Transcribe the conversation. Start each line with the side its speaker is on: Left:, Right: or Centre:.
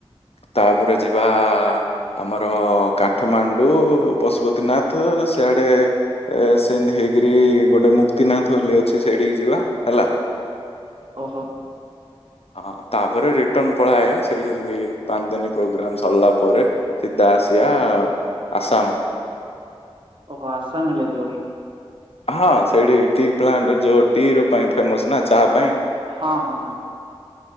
Left: ତାପରେ ଯିବା ଆମର କାଠମାଣ୍ଡୁ ପଶୁପତିନାଥ ସିଆଡେ ଏ ସେମତି ହେଇକରି ଗୋଟେ ମୁକ୍ତିନାଥ ବୋଲି ଅଛି ସେଇଠିକି ଯିବା ହେଲା।
Right: ଓହୋ।
Left: ହଁ ତାପରେ ରିଟର୍ଣ ପଳାଅଇବା ସେଇଠୁ ଏମିତି ପାଞ୍ଚ ଦିନ ପ୍ରୋଗ୍ରାମ ସରିଲା ପରେ ସିଧା ଆସିବା ଆସାମ।
Right: ଓହୋ ଆସାମ ହେଲେ ଯିବ କି?
Left: ହଁ ସେଇଠି ଟି ପ୍ଲାଣ୍ଟ ଯୋଉ ଟି ର ପାଇଁ ଫେମସ ନା ଚାହା ପାଇଁ।
Right: ହଁ- ହଁ- ହଁ।